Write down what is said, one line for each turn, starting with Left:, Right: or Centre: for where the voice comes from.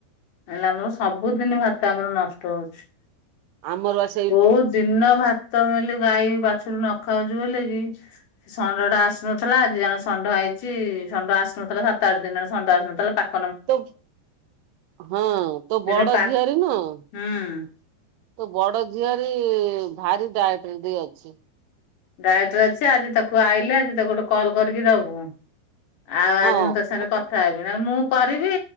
Left: ହେଲେ ଆମର ସବୁଦିନ ଭାତ ଆମର ନଷ୍ଟ ହଉଛି।
Right: ଆମର ବାସ?
Left: କୋଉ ଦିନ ଭାତ ମେଲି ଗାଈ ବାଛୁରୀ ନ ଖାଉଛି ବୋଲି କିି। ଷଣ୍ଢ ଟା ଆସୁନଥିଲା ଆଜି ଜଣ ଷଢ ହେଇଛି ଷଣ୍ଢ ଆସୁନଥିଲା ସାତ ଆଠ ଦିନରେ ଷଣ୍ଢ ଆସୁନଥିଲା ପାଖ?
Right: ତୋ ହଁ ତୋ
Left: ଦିନେ
Right: ବଡ
Left: ପା
Right: ଝିଅରୀ ନୁହଁ।
Left: ହୁଁ
Right: ତୋ ବଡ ଝିଅରି ଭାରି ଡାଏଟରେ ଦେଇ ଅଛି।
Left: ଡାଇକ୍ଟର ଅଛି ଆଜି ତାକୁ ଆଇଲେ ଆଜି ତାକୁ ଗୋଟେ କଲ୍ କରିକି ଦବୁ। ଆଉ
Right: ହଁ
Left: ଆଜି ମୁଁ ତୋ ସାଙ୍ଗରେ କଥା ହେବି ନଲେ ମୁଁ କରିବି